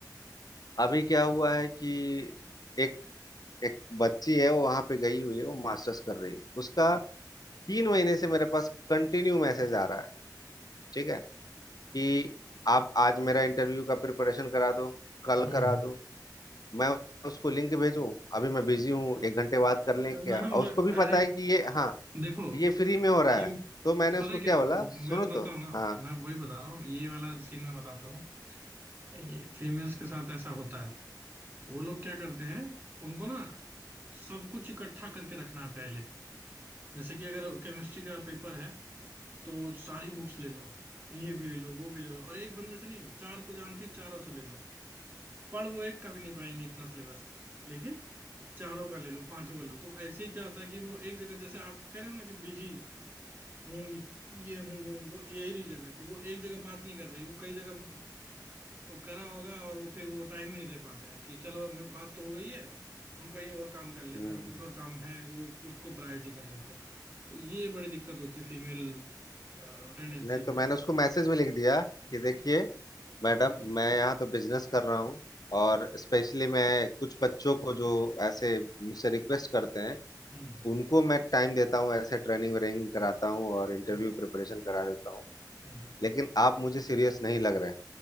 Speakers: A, on the left; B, on the right.
A: अभी क्या हुआ है कि एक एक बच्ची है वो वहां पे गई हुई है वो मास्टर्स कर रही है उसका तीन महीने से मेरे पास कंटिन्यू मैसेज आ रहा है ठीक है कि आप आज मेरा इंटरव्यू का प्रिपरेशन करा दो कल
B: हम्म
A: करा
B: हम्म।
A: दो मैं उसको लिंक भेजूं अभी मैं बिजी हूँ एक घंटे बाद कर लें क्या
B: ना
A: और
B: हम ब-
A: उसको भी
B: अरे
A: पता है कि ये हाँ
B: देखो
A: ये फ्री में हो रहा
B: फील
A: है तो मैंने
B: पता
A: उसको
B: है
A: क्या
B: क्या
A: बोला सुनो
B: मैं बताता
A: तो
B: हूँ ना
A: हाँ
B: मैं वही बता रहा हूँ ये वाला सीन मैं बताता हूँ ये फीमेल्स के साथ ऐसा होता है वो लोग क्या करते हैं उनको ना सब कुछ इकट्ठा करके रखना है पहले जैसे कि अगर केमिस्ट्री का पेपर है तो सारी बुक्स ले लो ये भी ले लो वो भी ले लो और एक बंदे से नहीं चार को जानते हैं चारों से ले लो पढ़ वो एक कभी नहीं पाएंगे इतना सिलेबस लेकिन चारों का ले लो पांचों का ले लो तो ऐसे ही क्या होता है कि वो एक जगह जैसे आप कह रहे हो ना कि बिजी हूँ ये ये हूँ वो हूँ, वो यही रीजन है कि वो एक जगह बात नहीं कर रही वो कई जगह अ, करा होगा और वो फिर वो टाइम ही नहीं दे पाते हैं कि चलो अब बात तो हो गई है हम कहीं और काम कर लेते
A: हम्म,
B: हैं अभी कुछ और काम है वो उसको प्रायोरिटी कर लेते हैं तो ये बड़ी दिक्कत होती है फीमेल टेंडेंसी
A: नहीं तो
B: में
A: मैंने उसको मैसेज भी लिख दिया
B: हम्म
A: कि देखिए मैडम मैं यहाँ तो बिजनेस कर रहा हूँ और स्पेशली मैं कुछ बच्चों को जो ऐसे मुझसे रिक्वेस्ट करते हैं
B: हम्म
A: उनको मैं टाइम देता हूँ ऐसे ट्रेनिंग व्रेनिंग कराता हूँ और इंटरव्यू
B: हम्म
A: प्रिपरेशन करा देता हूँ
B: हम्म
A: लेकिन आप मुझे सीरियस नहीं लग रहे हैं